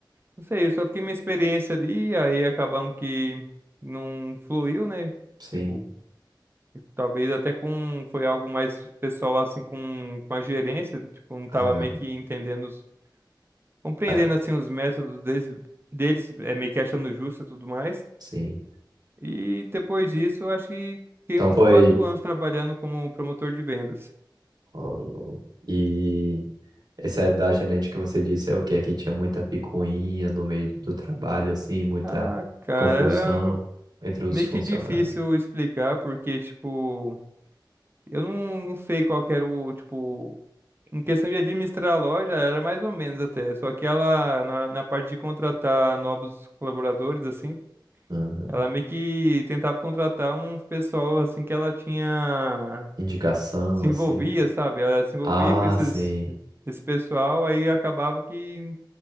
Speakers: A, on the right (about 30°); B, on the right (about 55°).
A: não sei, eu só fiquei minha experiência ali, aí acabamos que não fluiu, né?
B: Sim.
A: Tipo, Talvez até com foi algo mais pessoal assim com, com a gerência, tipo, não
B: Ah,
A: tava meio que entendendo, os- compreendendo
B: ah,
A: assim os métodos deles, deles é meio que achando justo e tudo mais.
B: sim.
A: E depois disso, eu acho que fiquei
B: Então
A: uns
B: foi.
A: quatro anos trabalhando como promotor de vendas.
B: ó, E Esse é da gerente que você disse, é o quê? Que tinha muita picuinha no meio do trabalho, assim, muita
A: Ah, cara,
B: confusão
A: era
B: entre os
A: meio
B: funcionários.
A: que difícil explicar porque tipo Eu não, não sei qual que era o, tipo, em questão de administrar a loja, era mais ou menos até. Só que ela, na, na parte de contratar novos colaboradores, assim,
B: Aham.
A: ela meio que tentava contratar um pessoal, assim, que ela tinha,
B: Indicação,
A: se
B: assim.
A: envolvia, sabe? Ela se envolvia
B: Ah,
A: com esses,
B: sim.
A: esse pessoal, aí acabava que,